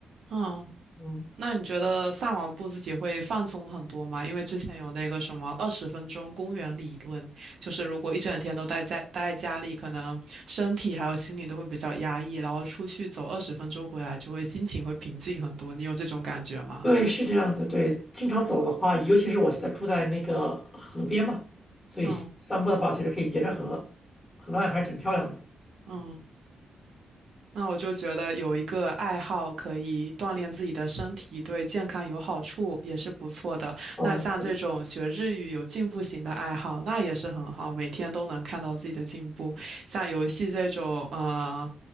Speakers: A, on the right; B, on the left.
A: 嗯，
B: 嗯，
A: 那你觉得散完步自己会放松很多吗？因为之前有那个什么二十分钟公园理论，就是如果一整天都待在待在家里，可能身体还有心理都会比较压抑，然后出去走二十分钟回来，就会心情会平静很多。你有这种感觉吗？
B: 对，是这样的。对，经常走的话，尤其是我现在住在那个河边嘛，所以散步的话，
A: 嗯
B: 其实可以沿着河河岸，还是挺漂亮的。
A: 嗯那我就觉得有一个爱好可以锻炼自己的身体，对健康有好处，也是不错的。
B: 哦，
A: 那像这种学日语有进步型的爱好，
B: 对
A: 那也是很好，每天都能看到自己的进步。像游戏这种，呃，